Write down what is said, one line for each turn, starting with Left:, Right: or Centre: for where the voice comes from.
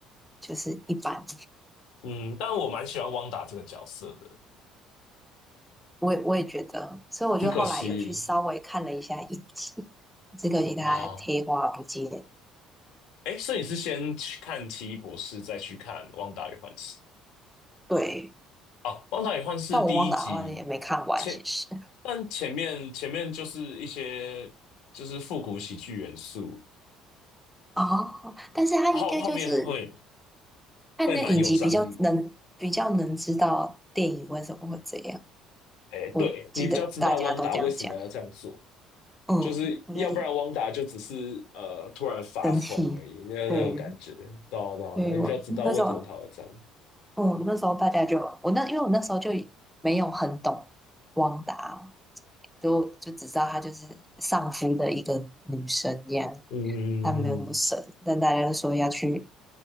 Centre: 就是一般，
Left: 嗯，但我蛮喜欢汪达这个角色的，
Centre: 我也我也觉得，所以我就后来有去稍微看了一下一集，
Left: 只可惜。
Centre: 这个给大家贴花不见。
Left: 啊，哎，所以你是先去看《奇异博士》，再去看《旺达与幻视》
Centre: 对，
Left: 哦，《旺达与幻视》第一集
Centre: 但我忘了，好像也没看完，
Left: 前，
Centre: 其实。<laughs>
Left: 但前面前面就是一些就是复古喜剧元素，
Centre: 哦，但是他应该就是
Left: 后后面会
Centre: 看那影集比较能比较能知道电影为什么会这样。
Left: 会蛮有张力。哎，
Centre: 我记得大家都这样讲，
Left: 对，你比较知道汪达为什么要这样做，
Centre: 嗯，
Left: 就是要不然汪达就只是呃突然发疯而已，
Centre: 我觉得生气，
Left: 那那种感觉，
Centre: 对，
Left: 对啊对啊对啊你比较知道为什么他会这样。
Centre: 所以我那时候，嗯，那时候大家就我那因为我那时候就没有很懂汪达，都就只知道她就是丧夫的一个女生这样，
Left: 嗯嗯嗯嗯。
Centre: 她没有那么神，但大家都说要去